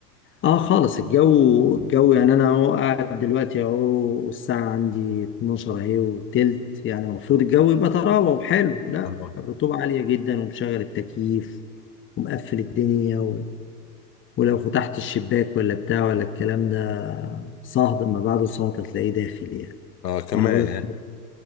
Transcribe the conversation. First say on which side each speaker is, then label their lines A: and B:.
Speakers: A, on the left; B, on the left.
A: اه خالص الجو الجو يعني انا اهو قاعد دلوقتي اهو والساعة عندي 12 اهي وتلت يعني المفروض الجو يبقى طراوة وحلو لا
B: اه
A: الرطوبة عالية جدا ومشغل التكييف ومقفل الدنيا و... ولو فتحت الشباك ولا بتاع ولا الكلام ده صهد اما بعده صهد هتلاقيه داخل يعني
B: آه، كمان
A: وانا بقول لك
B: يعني.